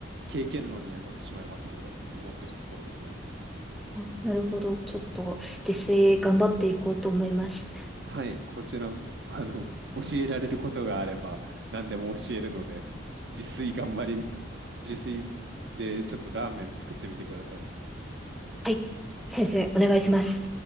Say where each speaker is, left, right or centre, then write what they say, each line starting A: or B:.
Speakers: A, on the right (about 55°); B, in the centre.
A: 経験論にはなってしまいますけど、思ってるところですね。
B: うん。あ、なるほど。ちょっと、自炊頑張っていこうと思います。
A: はい、こちらも、あの、教えられることがあれば、何でも教えるので、自炊頑張り、自炊でちょっとラーメン作ってみてください。
B: はい。先生、お願いします。